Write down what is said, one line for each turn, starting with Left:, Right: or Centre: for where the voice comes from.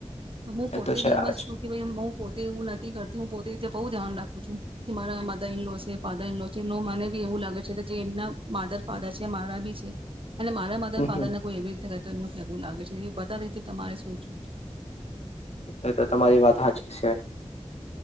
Right: તમે પોતે
Left: એ તો છે
Right: બી એમા
Left: આજ
Right: છું કે ભાઈ હું પોતે એવું નથી કરતી હું પો તેય તેં બહુ ધ્યાન રાખ. ખુ છું કે મારા મધર ઇન લો છે ફાધર ઇન લો છે નો મને બી એવું લાગે છે કે જે એમના માધર ફાધર છે મારા બી છે. અને મારા મધર
Left: હમ
Right: ફાધર ને કોઈ એવી રીતે કરતો એ એવું લાગે છે એ બધા રીતે તમારે સુંચવું
Left: એ તો તમારી વાત હાચી છે.